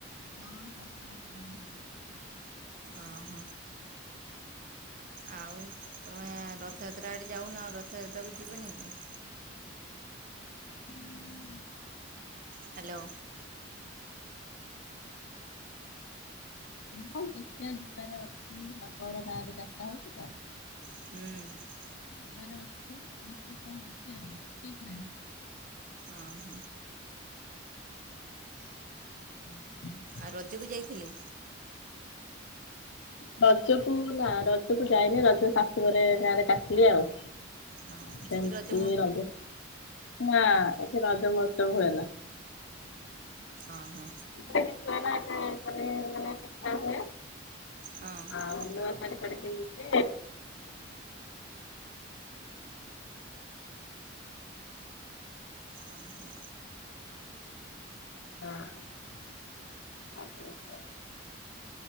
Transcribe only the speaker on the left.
ଅହ ହ ହ ହ।
ହୁଁ।
ହଁ ଦେଖିବା ଯିବାରେ ଅଛି ବାପା ଘର ଗାଁରେ ଯାତ୍ରା ହଉଛି ତ
ଯିବାର ଅଛି ଦେଖିଆ କଣ ହେଉଛି ଆଉ ଠିକ ନାହିଁ।
ହ
ରଜକୁ ନା ରଜକୁ ଯାଇନି ରଜ ଶାଶୁ ଘରେ ଗାଁରେ କାଟିଲି ଆଉ
ସେମତି
ରଜ ନା ଏଠି ରଜ ମଜ ହୁଏନା।
<inaudible> ମାନେ ପିଠା ହୁଏ।
ଆଉ ନୂଆ ଶାଢୀ ପାଢ଼ୀ ପିନ୍ଧି <inaudible>
ହଁ।